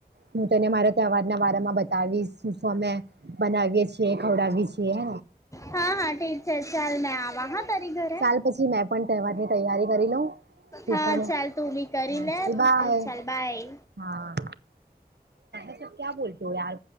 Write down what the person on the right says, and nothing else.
હું તને મારા તવાજના બમાં બતાવીશ સુફો બનાવીએ છીએ ખવડાવી છીએે
ચાલ પછી મેં પણ તહેવારની તૈયારી કરી લઉં તું
પણ
હા ચાલ બાય
હા સર ક્યા બોતો આર